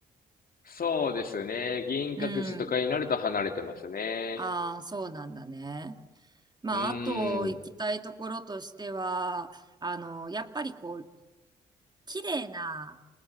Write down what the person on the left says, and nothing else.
そうですね。銀閣寺とかになると離れてますね。
うーん、